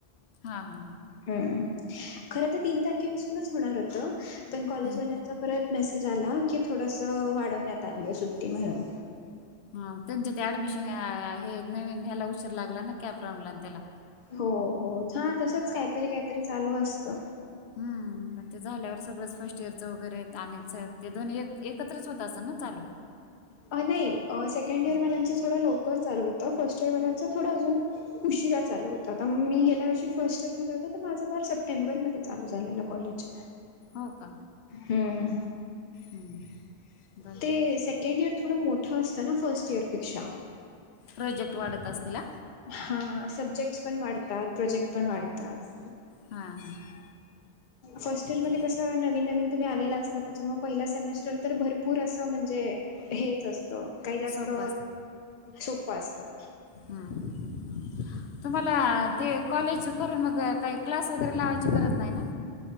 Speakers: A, on the left; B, on the left.
A: हा- हा, हा
B: हम्म, खरं तर तीन तारखेपासूनच होणार होतं, पण कॉलेज
A: हम्म.
B: वाल्या चा परत मेसेज आला की, थोडस वाढवण्यात आलीय सुट्टी म्हणून
A: हा, त्यांचे ते ऍडमिशन हे नवीन ह्याला उशीर लागला ना कॅप राऊंडला आणि त्येला
B: हो, हो हां तसच कायतरी, कायतरी चालू असतं
A: हम्म म ते झाल्यावर सगळंच फर्स्ट इयरचं वगैरे आणायचं आहेत ते दोन्ही एक, एकत्रच होत असल ना चालू?
B: अ, नाही सेकंड
A: <unintelligible>
B: इयरवाल्यांचं थोडं लवकर चालू होत फर्ट ईयर वाल्यांच थोडं अजून उशिरा चालू होतं, आता मी गेल्या वर्षी फर्स्ट इयर मध्ये होते, तर माझा पार सप्टेंबरमध्ये चालू झालेलं कॉलेज
A: हो का
B: हम्म
A: हम्म बाकी?
B: ते सेकंड इयर थोडं मोठं असतं ना, फर्स्ट इयरपेक्षा
A: प्रोजेक्ट वाढतं असतील आ?
B: हा, सब्जेक्ट पण वाढतात, प्रोजेक्ट पण वाढतात.
A: हां हां
B: फर्स्ट इयर मध्ये
A: तर
B: कसं नवीन -नवीन तुम्ही आलेला अस तर त्याच्यामुळ पहिला सेमेस्टर तर भरपूर असं म्हणजे हेच असतं, काही जास्त
A: सोपं
B: सोप्पं असतात
A: हम्म तुम्हाला ते कॉलेज करून मग, काही क्लास वगैरे लावायची गरज नाही ना?